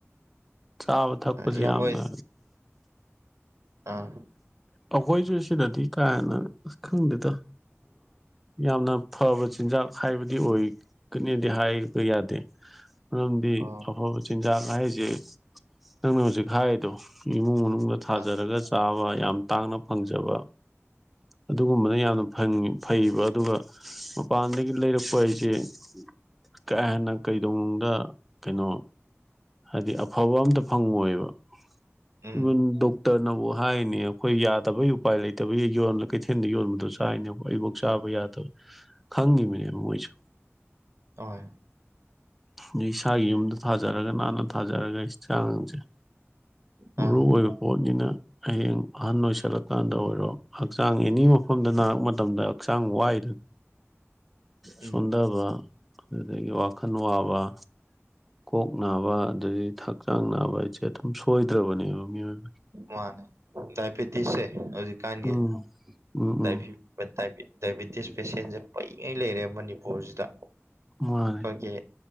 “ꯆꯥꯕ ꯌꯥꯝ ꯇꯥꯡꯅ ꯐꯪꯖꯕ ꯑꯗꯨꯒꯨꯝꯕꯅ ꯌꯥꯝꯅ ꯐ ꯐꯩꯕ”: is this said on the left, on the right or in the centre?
Centre